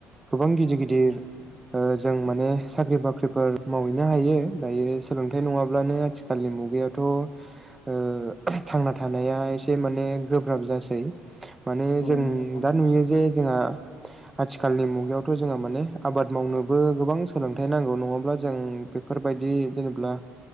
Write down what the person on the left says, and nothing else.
औ
नंगौ नोंथां